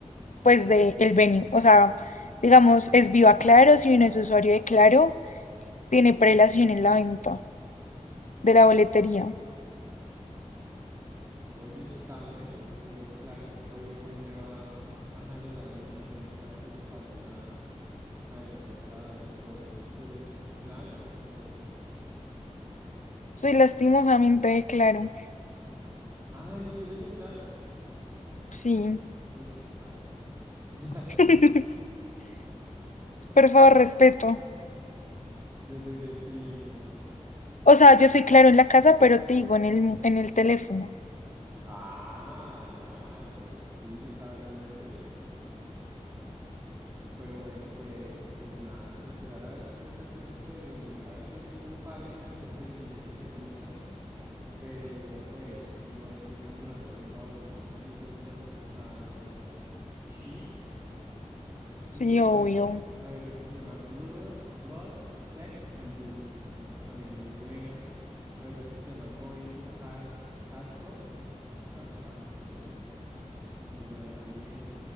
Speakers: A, on the left; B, on the right.
A: pues, de el venue. O sea, digamos, es Viva Claro, si uno es usuario de Claro, tiene prelación en la venta de la boletería.
B: Ah. Oye, eso está bueno. Eso, claro, obviamente va a jalonar a mucha gente para que se pase a, a esas operadoras y todo eso. ¿Tú eres claro o, o qué?
A: Soy lastimosamente de Claro.
B: Ah, ¿y si eres de claro?
A: Sí.
B: Uy, qué paila. <laughs>
A: <laughs> Por favor, respeto.
B: Yo soy de Tigo.
A: O sea, yo soy Claro en la casa, pero te digo en el, en el teléfono.
B: Ah, ya, no, pues sí, yo estaba hablando del teléfono. Pero bueno, pues, pues nada, esperar a ver cómo está el concierto de Green Day, ¿sabes? Yo tengo un par de canciones de Green Day que me gustan, pero pues no es que sea mi banda así favorita. No sé si tú has escuchado She y
A: Sí, obvio.
B: hay, ot- hay otra que se llama Blood, Blood, Sex and Booze. ah, también es muy buena. Hay otra que se llama Going to Pas Pascual, Pascua, algo así. muy buena también.